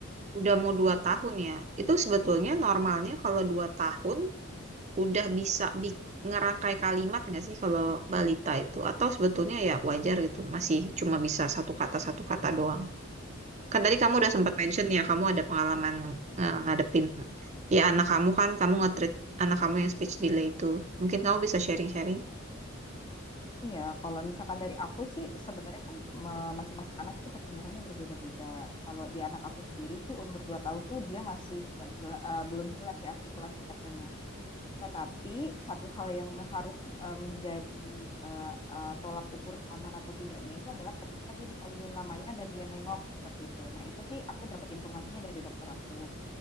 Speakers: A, on the right; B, on the left.
A: udah mau dua tahun ya itu sebetulnya normalnya kalau dua tahun udah bisa bi- ngerangkai kalimat nggak sih kalau balita itu atau sebetulnya ya wajar gitu masih cuma bisa satu kata satu kata doang Kan tadi kamu udah sempat mention ya, kamu ada pengalaman eh, ngadepin ya anak kamu kan, kamu nge-treat anak kamu yang speech delay itu. Mungkin kamu bisa sharing-sharing.
B: Iya, kalau misalkan dari aku sih sebenarnya kan me- masing-masing anak itu pertumbuhannya berbeda-beda. Kalau di anak aku sendiri sih umur 2 tahun tuh dia masih nggak jela- eh, belum jelas ya artikulasi katanya. Tetapi satu hal yang harus eh, menjadi eh, eh, tolak ukur aman atau tidaknya itu adalah ketika dia dipanggil namanya dan dia nengok seperti itu. Nah, itu sih aku dapat informasinya dari dokter aku.